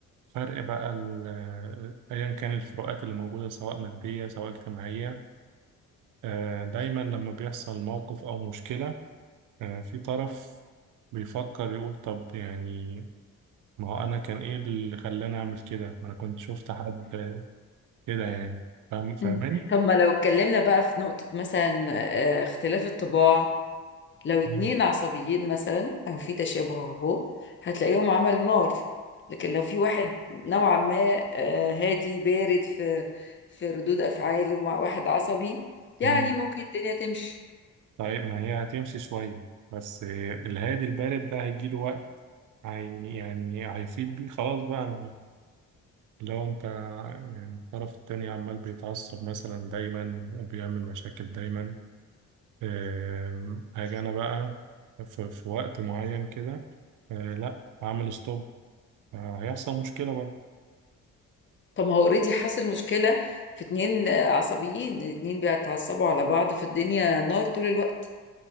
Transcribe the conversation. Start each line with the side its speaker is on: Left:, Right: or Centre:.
Right: فرق بقى ال- ايا كان الفروقات اللي موجودة سواء مادية سواء اجتماعية آه، دايما لما بيحصل موقف او مشكلة آه، في طرف بيفكر يقول طب يعني ما هو انا كان ايه اللي خلاني اعمل كده ما انا كنت شفت حد آه، كده يعني فاهم فاهماني
Left: مم. طب ما لو اتكلمنا بقى في نقطة مثلا آه، اختلاف الطباع لو
Right: مم.
Left: اتنين عصبيين مثلا او في تشابه اهو هتلاقيهم عملوا نار لكن لو في واحد نوعا ما آه، هادي بارد في في ردود افعاله مع واحد عصبي يعني
Right: مم.
Left: ممكن الدنيا تمشي
Right: طيب ما هي هتمشي شوية بس آه، الهادي البارد ده هيجيله وقت هي يعني هيفيد بيه خلاص بقى انا لو انت يعني الطرف التاني عمال بيتعصب مثلا دايما وبيعمل مشاكل دايما آم، هاجي انا بقى في, في وقت معين كده آه، لا هعمل ستوب آه، هيحصل مشكلة بقى
Left: طب ما هو اوريدي حصل مشكلة في اتنين آه، عصبيين اتنين بيتعصبوا على بعض في الدنيا نار طول الوقت